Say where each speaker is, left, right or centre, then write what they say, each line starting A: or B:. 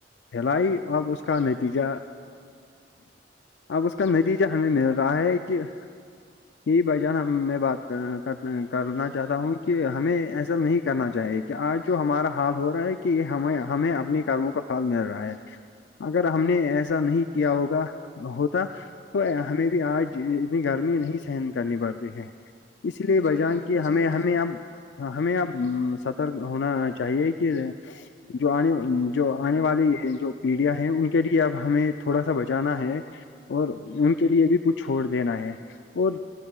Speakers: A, on the left (about 75°); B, on the left (about 45°).
A: پھیلائی اب اس کا نتیجہ اب اس کا نتیجہ ہمیں مل رہا ہے کہ یہ بھ جان ہم میں بات کرنا چاہتا ہوں کہ ہمیں ایسا نہیں کرنا چاہے گا آج جو ہمارا حال ہو رہا ہے کہ یہ ہمیں ہمیں اپنے کرموں کا پھل مل رہا ہے اگر ہم نے ایسا نہیں کیا ہوگا ہوتا تو ہمیں بھی آج اتنی گرمی نہیں سہن کرنی پڑتی ہے اس لیے
B: جی
A: بجان
B: بالکل
A: کی ہمیں
B: صحیح بھائی
A: ہمیں
B: جان
A: اب ہاں ہمیں اب سترک ہونا چاہیے کہ جو آنے جو آنے والی جو پیڑیاں ہیں ان کے لیے اب ہمیں تھوڑا سا بچانا ہے اور ان کے لیے بھی کچھ چھوڑ دینا ہے اور